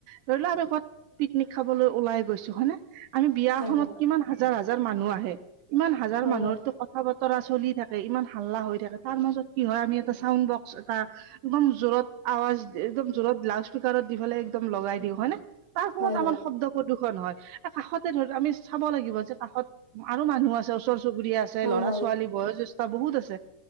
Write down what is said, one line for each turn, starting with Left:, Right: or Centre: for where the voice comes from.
Right: ধৰি লোৱা আমি ক'বাত পিকনিক খাবলৈ ওলাই গৈছো হনেে আমি বিয়াখনত
Left: হয় হয়
Right: কিমান হাজাৰ হাজাৰ মানুহ আহে ইমান হাজাৰ
Left: হয়
Right: মানুহৰো
Left: হয়
Right: কথা তা বতৰা চলি থাকে ইমান হাল্লা হৈ থাকে তাৰ মাজত কি হয়? আমি এটা চাউণ্ড বক্স এটা- একদম জোৰত আৱাজ একদম জোৰত লাউড স্পকাৰত দি পেলাই একদম লগাই দিওঁ হয় নে? তাৰ ফলত
Left: হয়
Right: আমাৰ শব্দ প্ৰদূ্ষণ হয়। কাষতে ধৰ আমি চাব লাগিব যে কাষত আৰু মানুহ আছে ওচৰ চুবুৰীয়া আছে। ছে।
Left: হয়
Right: ল'ৰা
Left: হয়
Right: ছোৱালী বয়োজষ্ঠ বহুত আছে।